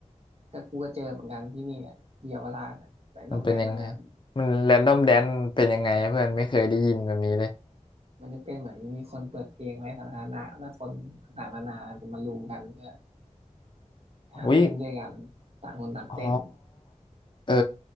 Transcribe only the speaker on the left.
มันเป็นยังไงมันแรนดอมแดนเป็นยังไงเพื่อนไม่เคยได้ยินแบบนี้เลย
อุ้ยอ๋อเออ